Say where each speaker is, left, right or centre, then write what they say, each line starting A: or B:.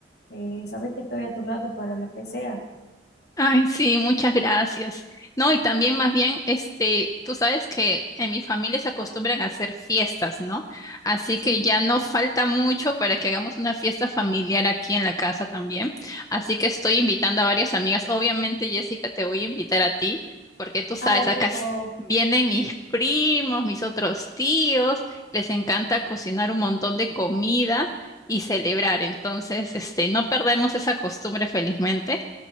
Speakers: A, on the left; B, on the left.
A: Eh, sabes que estoy a tu lado para lo que sea.
B: Ay, sí, muchas gracias. No, y también más bien, este, tú sabes que en mi familia se acostumbran a hacer fiestas, ¿no? Así
A: Sí.
B: que ya no falta mucho para que hagamos una fiesta familiar aquí en la casa también. Así que estoy invitando a varias amigas. Obviamente, Jessica, te voy a invitar a ti, porque tú sabes,
A: Ay,
B: acá
A: por
B: s-
A: favor.
B: vienen mis primos, mis otros tíos, les encanta cocinar un montón de comida y celebrar. Entonces, este, no perdemos esa costumbre, felizmente.